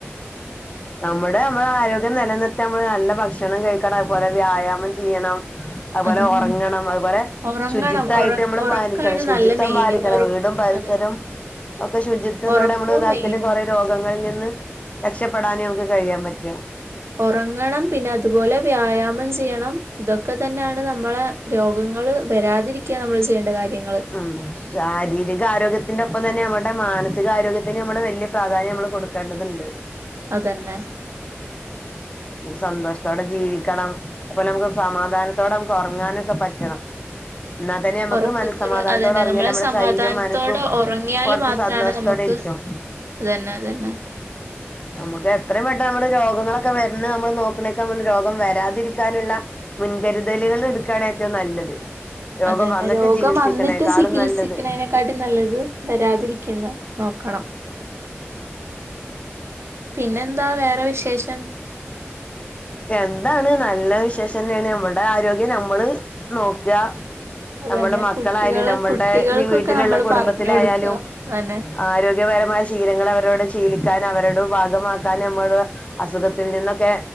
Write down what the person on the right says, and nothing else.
<inaudible>
അതന്നെ
ഒറങ്ങണം
ഉറക്കാണ്
നല്ല മെയിന്
<unintelligible>
ഉറക്കവും
മെയിനും
ഒറങ്ങണം പിന്നെ അതുപോലെ വ്യായാമം ചെയ്യണം ഇതൊക്കെ തന്നെയാണ് നമ്മളെ രോഗങ്ങള് വരാതിരിക്കാൻ നമ്മള് ചെയ്യേണ്ട കാര്യങ്ങള്
അതന്നെ
ഉറക്കക്കുറവ്
അതന്നെ
നമ്മള്
സമാധാനത്തോടെ
ഉറങ്ങിയാല്
മാത്രാണ്
നമുക്ക്
അതന്നെ അതന്നെ
അത് തന്നെ
രോഗം
വന്നിട്ട് ചികിത്സിക്ക്ണേനെക്കാ
ട്ടിലും നല്ലത് വരാതിരിക്ക്ന്ന നോക്കണം പിന്നെന്താ വേറെ വിശേഷം
അതന്നെ
കുട്ടികള്
കുട്ടികൾക്കൊക്കെ
നമ്മള്
പറഞ്ഞു കൊടുക്ക അതന്നെ